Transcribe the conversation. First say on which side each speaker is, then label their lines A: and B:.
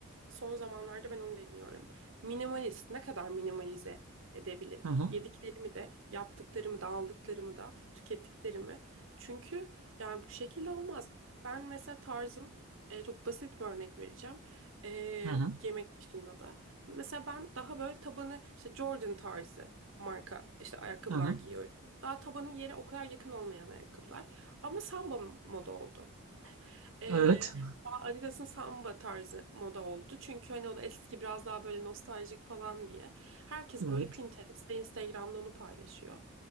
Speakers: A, on the right; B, on the right.
A: son zamanlarda ben onu deniyorum. Minimalist, ne kadar minimalize edebilirim?
B: Hı hı.
A: Yediklerimi de, yaptıklarımı da, aldıklarımı da, tükettiklerimi. Çünkü yani bu şekilde olmaz. Ben mesela tarzım, e, çok basit bir örnek vereceğim. Ee,
B: Hı hı.
A: yemek dışında da. Mesela ben daha böyle tabanı işte Jordan tarzı marka işte ayakkabılar
B: Hı hı.
A: giyiyorum. Daha tabanı yere o kadar yakın olmayan ayakkabılar. Ama samba moda oldu. Ee,
B: Evet.
A: Adidas'ın samba tarzı moda oldu. Çünkü hani o da eski biraz daha böyle nostaljik falan diye. Herkes
B: Evet.
A: böyle Pinterest'te, Instagram'da onu paylaşıyor.